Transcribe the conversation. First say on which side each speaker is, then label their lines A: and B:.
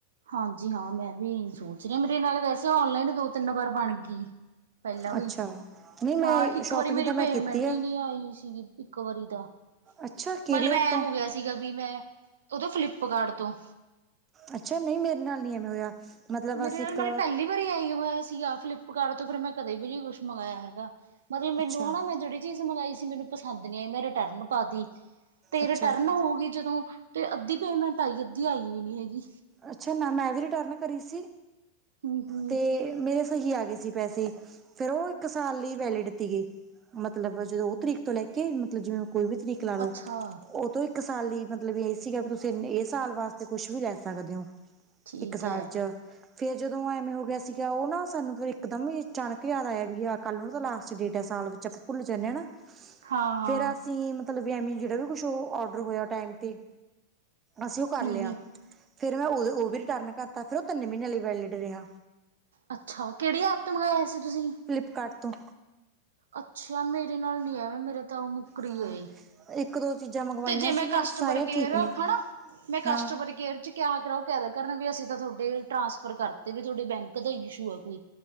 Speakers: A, on the right (about 65°); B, on the right (about 20°).
A: ਹਾਂਜੀ ਹਾਂ ਮੈਂ ਵੀ ਸੋਚ ਰਹੀ ਆਂ ਮੇਰੇ ਨਾਲ ਵੈਸੇ ਔਨਲਾਈਨ ਦੋ ਤਿੰਨ ਵਾਰ ਬਣ ਗਈ। ਪਹਿਲਾਂ ਵੀ
B: ਅੱਛਾ ਨਹੀਂ ਮੈਂ
A: ਹਾਂ, ਇੱਕ
B: ਸ਼ੋਪਿੰਗ
A: ਵਾਰੀ ਮੇਰੀ
B: ਤਾਂ ਮੈਂ
A: ਪੇਮੈਂਟ
B: ਕੀਤੀ ਆ
A: ਹੀ ਨਹੀਂ ਆਈ ਸੀਗੀ ਇੱਕ ਵਾਰੀ ਤਾਂ
B: ਅੱਛਾ ਕਿਹੜੀ
A: ਮਤਲਬ
B: ਐਪ
A: ਐ
B: ਤੋਂ
A: ਹੋ ਗਿਆ ਸੀਗਾ ਵੀ ਮੈਂ ਉਦੋਂ ਫਲਿੱਪਕਾਰਟ ਤੋਂ
B: ਅੱਛਾ। ਨਹੀਂ ਮੇਰੇ ਨਾਲ ਨਹੀਂ ਐਵੇਂ ਹੋਇਆ। ਮਤਲਬ
A: ਮੇਰੇ
B: ਬਸ ਇੱਕ
A: ਨਾਲ ਮਤਲਬ ਪਹਿਲੀ ਵਾਰੀ ਐਂ ਹੋਇਆ ਸੀਗਾ ਫਲਿੱਪਕਾਰਟ ਤੋਂ ਫਿਰ ਮੈਂ ਕਦੇ ਵੀ ਨਹੀਂ ਕੁਛ ਮੰਗਾਇਆ ਹੈਗਾ। ਮਤਲਬ ਮੈਨੂੰ
B: ਅੱਛਾ
A: ਹਣਾ ਮੈਂ ਜਿਹੜੀ ਚੀਜ਼ ਮੰਗਾਈ ਸੀ ਮੈਨੂੰ ਪਸੰਦ ਨਹੀਂ ਆਈ ਮੈਂ ਰਿਟਰਨ ਪਾ ਤੀ ਤੇ
B: ਅੱਛਾ
A: ਰਿਟਰਨ ਹੋ ਗਈ ਜਦੋਂ ਤੇ ਅੱਧੀ ਪੇਮੈਂਟ ਆਈ ਅੱਧੀ ਆਈ ਓ ਨੀ ਹੈਗੀ।
B: ਅੱਛਾ ਨਾ ਮੈਂ ਵੀ ਰਿਟਰਨ ਕਰੀ ਸੀ
A: ਹਮ ਹਮ
B: ਤੇ ਮੇਰੇ ਸਹੀ ਆ ਗਏ ਸੀ ਪੈਸੇ ਫੇਰ ਉਹ ਇੱਕ ਸਾਲ ਲਈ ਵੈਲਿਡ ਤੀ ਗੀ ਮਤਲਬ ਜਦੋਂ ਉਹ ਤਰੀਕ ਤੋਂ ਲੈ ਕੇ ਮਤਲਬ ਜਿਵੇਂ ਕੋਈ ਵੀ ਤਰੀਕ ਲਾ ਲਓ
A: ਅੱਛਾ
B: ਉਹ ਤੋਂ ਇੱਕ ਸਾਲ ਲਈ ਮਤਲਬ ਇਹ ਸੀਗਾ ਵੀ ਤੁਸੀਂ ਇਹ ਸਾਲ ਵਾਸਤੇ ਕੁੱਛ ਵੀ ਲੈ ਸਕਦੇ ਹੋ
A: ਠੀਕ
B: ਇੱਕ ਸਾਲ
A: ਹੈ
B: 'ਚ ਫਿਰ ਜਦੋਂ ਐਵੇ ਹੋ ਗਿਆ ਸੀਗਾ ਉਹ ਨਾ ਸਾਨੂੰ ਫਿਰ ਇੱਕਦਮ ਹੀ ਅਚਾਨਕ ਯਾਦ ਆਇਆ ਵੀ ਆ ਕੱਲ੍ਹ ਨੂੰ ਤਾਂ ਲਾਸਟ ਡੇਟ ਸਾਲ ਵਿੱਚ ਆਪਾਂ ਭੁੱਲ ਜਾਂਦੇ ਹ ਨਾ
A: ਹਾਂ ਹਾਂ
B: ਫੇਰ ਅਸੀਂ ਮਤਲਬ ਜਿਹੜਾ ਵੀ ਕੁਛ ਆਰਡਰ ਹੋਇਆ ਟਾਈਮ ਤੇ ਅਸੀਂ ਉਹ ਕਰ
A: ਹਮ
B: ਲਿਆ
A: ਹਮ
B: ਫੇਰ ਮੈਂ ਉਹ ਉਹ ਵੀ ਰਿਟਰਨ ਕਰਤਾ ਫੇਰ ਉਹ ਤਿੰਨ ਮਹੀਨਿਆਂ ਲਈ ਵੈਲਿਡ ਰਿਹਾ।
A: ਅੱਛਾ ਕਿਹੜੀ ਐਪ ਤੋਂ ਮੰਗਵਾਇਆ ਸੀ ਤੁਸੀਂ
B: ਫਲਿੱਪਕਾਰਟ ਤੋਂ
A: ਅੱਛਾ। ਮੇਰੇ ਨਾਲ ਨਹੀਂ ਆਵੇਂ ਮੇਰੇ ਤਾਂ ਉਹ ਮੁੱਕਰ ਹੀ
B: ਹਾਂ
A: ਗਏ।
B: ਇੱਕ ਦੋ ਚੀਜ਼ਾਂ ਮੰਗਵਾਈਆਂ
A: ਤੇ ਜੇ ਮੈਂ
B: ਸੀਗੀਆਂ
A: ਕਸਟਮਰ
B: ਸਾਰੀਆਂ
A: ਕੇਅਰ
B: ਠੀਕ ਨੇ
A: ਹਨਾ ਮੈਂ ਕਸਟਮਰ
B: ਹਾਂ।
A: ਕੇਅਰ ਚ ਕਿਹਾ ਕਰਾ ਉਹ ਕਹਿ ਦਿਆ ਕਰਨ ਵੀ ਅਸੀਂ ਤਾਂ ਤੁਹਾਡੇ ਟਰਾਂਸਫਰ ਕਰਤੇ ਵੀ ਤੁਹਾਡੇ ਬੈਂਕ ਦਾ ਇਸ਼ੂ ਆ ਕੋਈ